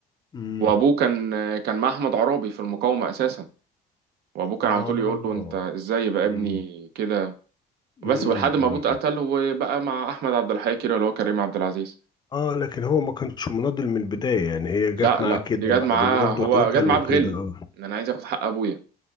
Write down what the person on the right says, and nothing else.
وابوه كان كان مع احمد عرابي في المقاومة اساسا وابوه كان
على طول يقول له انت ازاي يبقى
ابني كده بس
ولحد ما ابوه اتقتل وبقى مع احمد عبد الحي كده اللي هو كريم عبد العزيز
لا
لا
دي
جت معاه
هو
جت معاه
بغل
ان انا عايز اخد حق ابويا